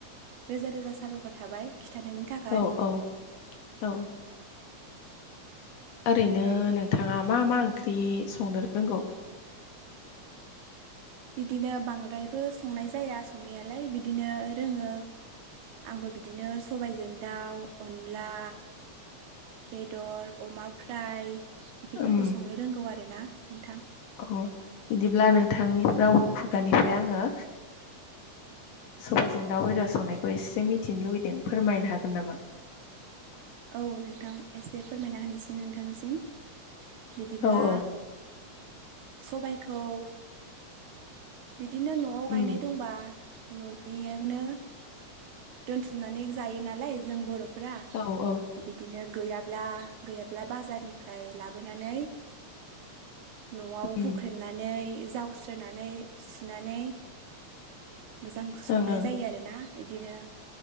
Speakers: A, on the right (about 80°); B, on the left (about 70°).
A: रोजा रोजा साबायखर थाबाय खिन्थानायनि। थाखाय
B: औ औ औ। ओरैनो नोंथाङा मा मा ओंख्रि संनो रोंगौ।
A: बिदिनो बांद्रायबो संनाय जाया संनायालाय बिदिनो रोङो। आंबो बिदिनो सबायजों दाउ अनला। बेदर अमा फ्राय बिदिफोरखौ
B: उम
A: संनो रोंगौ आरोना नोंथां।
B: अ बिदिब्ला नोंथांनि राव खुगानिफ्राय आङो। सबायजों दाव बेदर संनायखौ एसे मिथिनो लुगैदों फोरमायनो हागोन नामा।
A: औ नोंथां एसे फोरमायना होनायसिम नोंथांसिम बिदिब्ला
B: औ औ
A: सबाइखौ बिदिनो न'आव
B: उम
A: गायनाय दंबा न'नि बेयावनो दोनथुमनानै जायो नालाय जों बर'फोरा।
B: औ औ
A: बिदिनो गैयाब्ला गैयाब्ला बाजारनिफ्राय लाबोनानै न'आव
B: उम
A: हुख्रेमनानै जावस्रोनानै सुनानै मोजां संनाय
B: ओं ओं
A: जायो आरोना बिदिनो